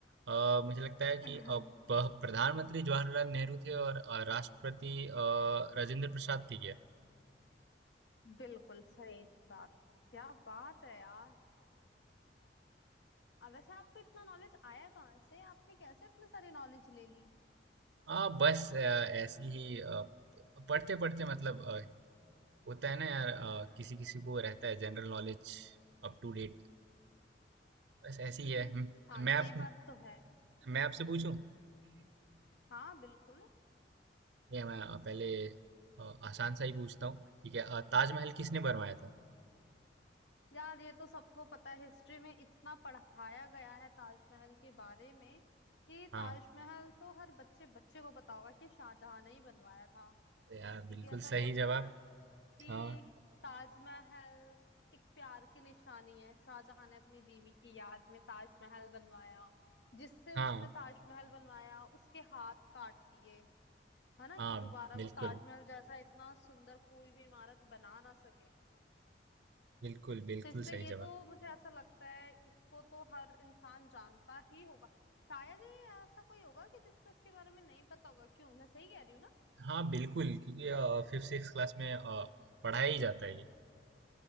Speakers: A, on the right; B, on the left.
A: अ, मुझे लगता है
B: <laughs>
A: कि अ, प- प्रधानमंत्री जवाहरलाल नेहरू थे और अ, राष्ट्रपति अ, राजेंद्र प्रसाद थे क्या
B: बिल्कुल सही बात क्या बात है यार अब वैसे आपको इतना नॉलेज आया कहाँ से आपने कैसे इतने सारी नॉलेज ले ली
A: हाँ बस अ, ऐसी ही अ, पढ़ते पढ़ते मतलब होता है ना यार अ, किसी किसी को रहता है general knowledge up to date बस ऐसे ही
B: <clears throat>
A: है हम-
B: हाँ
A: मैं आप
B: ये बात तो है
A: मैं आपसे पूछूं ठीक
B: हाँ बिल्कुल
A: है मैं अ, पहले अ, आसान सा ही पूछता हूँ ठीक है अ, ताजमहल किसने
B: हाँ
A: बनवाया था
B: यार ये तो सबको पता है हिस्ट्री में इतना पढ़ाया गया है ताजमहल के बारे में कि
A: हाँ
B: ताजमहल तो हर बच्चे बच्चे को पता होगा कि शाहजहां ने ही बनवाया था
A: अरे यार
B: क्योंकि
A: बिल्कुल
B: ऐसा
A: सही
B: बोलते
A: जवाब
B: हैं ना कि
A: हाँ
B: ताजमहल एक प्यार की निशानी है शाहजहां ने अपनी बीवी की याद में ताजमहल बनवाया जिससे उसने
A: हाँ
B: ताजमहल बनवाया उसके हाथ काट दिए है ना
A: हाँ
B: कि दोबारा
A: बिल्कुल
B: वो ताजमहल जैसा इतना सुंदर कोई भी इमारत बना ना सके
A: बिल्कुल बिल्कुल
B: तो इसलिए
A: सही
B: ये
A: जवाब
B: तो मुझे ऐसा लगता है इसको तो हर इंसान जानता ही होगा शायद ही ऐसा कोई होगा कि जिसको इसके बारे में नहीं पता होगा क्यों मैं सही कह रही हूँ ना
A: हाँ बिल्कुल क्योंकि फिफ्थ सिक्स क्लास में अ, पढ़ाया ही जाता है ये